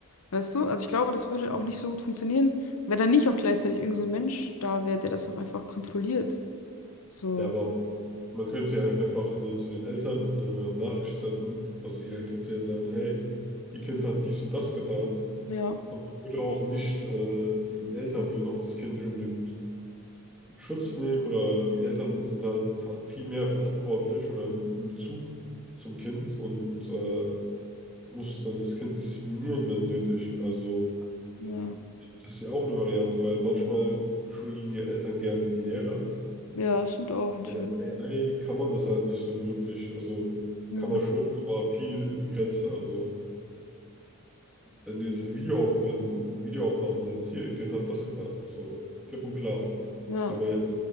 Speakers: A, on the left (about 75°); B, in the centre.
A: Weißt du? Also ich glaube, das würde auch nicht so gut funktionieren, wenn da nicht auch gleichzeitig irgend so ein Mensch da wäre, der das auch einfach kontrolliert. So,
B: Ja, aber Man könnte ja einfach ne, zu den Eltern eine Nachricht senden. Also die AI könnte ja sagen, hey, ihr Kind hat dies und das getan.
A: ja,
B: Und man würde auch nicht, äh, die Eltern würden auch das Kind nicht unbedingt in Schutz nehmen oder die Eltern sind halt ver- viel mehr verantwortlich oder in Bezug zum Kind und äh, muss dann das Kind disziplinieren, wenn nötig. Also
A: ja.
B: das ist ja auch eine Variante, weil manchmal beschuldigen ja Eltern gerne die Lehrer.
A: Ja, das stimmt auch natürlich.
B: Bei der AI kann man das halt nicht so wirklich. Also
A: Hm,
B: kann man schon, aber viel begrenzter. Also wenn du jetzt ein Video auf, wenn Videoaufnahmen sind, ist hier, ihr Kind hat das getan. So klipp und klar.
A: ja,
B: Das kann man ja